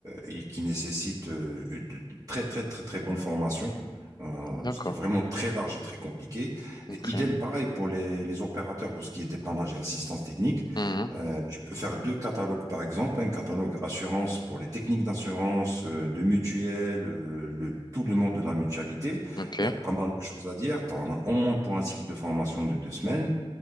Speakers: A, on the right (about 35°); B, on the left (about 45°).
A: et qui nécessite euh, une très très très très bonne formation, euh,
B: D'accord.
A: ce qui est vraiment très large et très compliqué.
B: Ok.
A: Et idem pareil pour les, les opérateurs pour ce qui est dépannage et assistance technique.
B: Mhm.
A: Euh, tu peux faire deux catalogues par exemple, un catalogue assurance pour les techniques d'assurance, euh, de mutuelle, euh, le tout le monde de la mutualité.
B: Ok.
A: Il y a pas mal de choses à dire. Tu en as au moins pour un cycle de formation de deux semaines.